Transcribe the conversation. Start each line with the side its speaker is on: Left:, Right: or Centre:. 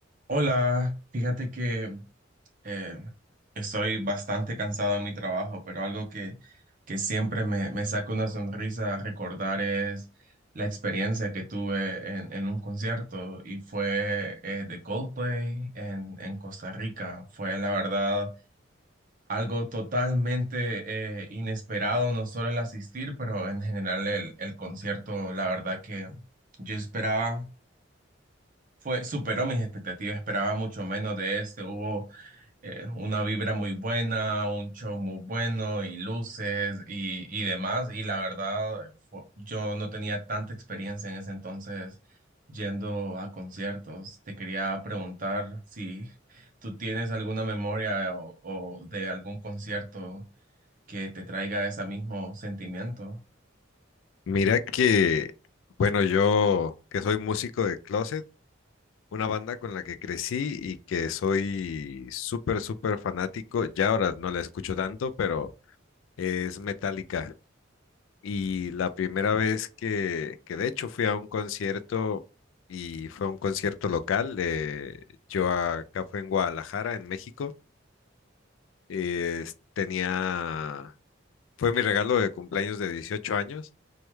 Right: Hola, fíjate que eh, estoy bastante cansado en mi trabajo, pero algo que, que siempre me, me saca una sonrisa recordar es la experiencia que tuve en, en un concierto y fue eh, de Coldplay en, en Costa Rica. Fue la verdad algo totalmente eh, inesperado, no solo el asistir, pero en general el, el concierto, la verdad que yo esperaba, fue, superó mis expectativas, esperaba mucho menos de este, hubo eh, una vibra muy buena, un show muy bueno y luces y, y demás. Y la verdad, fu- yo no tenía tanta experiencia en ese entonces yendo a conciertos. Te quería preguntar si tú tienes alguna memoria o, o de algún concierto que te traiga ese mismo sentimiento.
Left: Mira que, bueno, yo que soy músico de closet, una banda con la que crecí y que soy súper, súper fanático, ya ahora no la escucho tanto, pero es Metallica. Y la primera vez que, que de hecho fui a un concierto y fue un concierto local, eh, yo acá fue en Guadalajara, en México, eh, tenía, fue mi regalo de cumpleaños de 18 años,